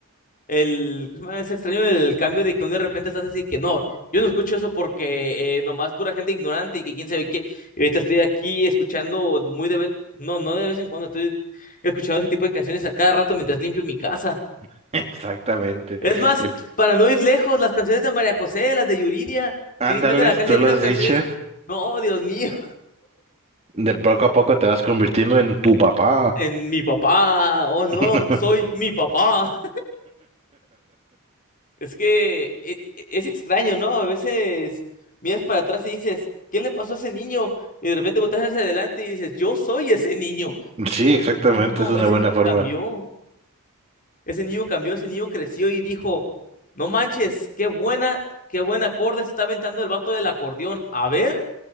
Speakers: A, on the left; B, on the right.
A: El, ¿cómo se llama? es extraño el cambio de que de repente estás así que no, yo no escucho eso porque eh, nomás pura gente ignorante y que quién sabe qué. Y ahorita estoy aquí escuchando muy de vez, no, no de vez en cuando, estoy escuchando ese tipo de canciones a cada rato mientras limpio mi casa.
B: <laughs> Exactamente.
A: Es más,
B: Te-
A: para no ir lejos, las canciones de María José, las de Yuridia, estoy
B: Ándales,
A: limpiando la casa
B: tú
A: y esas
B: lo has
A: canciones,
B: dicho.
A: no, Dios mío,
B: De poco a poco te vas convirtiendo en tu papá.
A: en mi papá, oh no,
B: <laughs>
A: soy mi papá. Es que e- e- es extraño, ¿no? A veces miras para atrás y dices, ¿qué le pasó a ese niño? Y de repente volteas hacia adelante y dices, yo soy ese niño. <laughs>
B: Sí, exactamente,
A: Ese niño,
B: es una
A: ese
B: buena
A: niño
B: forma.
A: cambió. Ese niño cambió, ese niño creció y dijo, no manches, qué buena, qué buen acorde se está aventando el vato del acordeón. A ver,